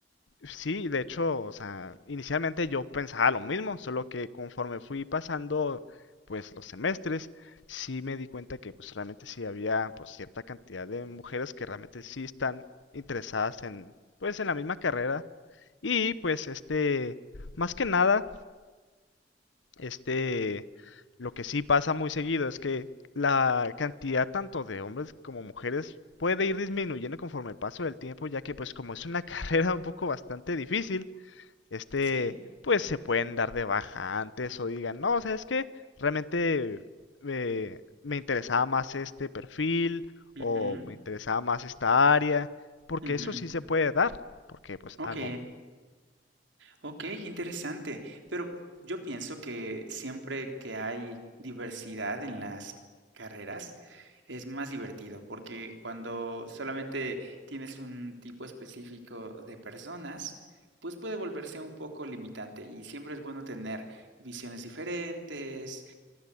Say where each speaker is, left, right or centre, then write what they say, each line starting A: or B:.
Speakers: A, on the left; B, on the right.
A: Sí, de hecho, o sea, inicialmente yo pensaba lo mismo, solo que conforme fui pasando, pues, los semestres, sí me di cuenta que, pues, realmente sí había, pues, cierta cantidad de mujeres que realmente sí están interesadas en, pues, en la misma carrera. Y, pues, este, más que nada, este, lo que sí pasa muy seguido es que la cantidad tanto de hombres como mujeres puede ir disminuyendo conforme el paso del tiempo, ya que, pues, como es una <laughs> carrera un poco bastante difícil, este,
B: ¿Sí?
A: pues se pueden dar de baja antes o digan, no, ¿sabes qué? Realmente eh, me interesaba más este perfil o
B: Ujú,
A: me interesaba más esta área, porque
B: ujú.
A: eso sí se puede dar, porque pues
B: Ok.
A: al momento.
B: Ok, interesante. Pero yo pienso que siempre que hay diversidad en las carreras es más divertido, porque cuando solamente tienes un tipo específico de personas, pues puede volverse un poco limitante y siempre es bueno tener visiones diferentes,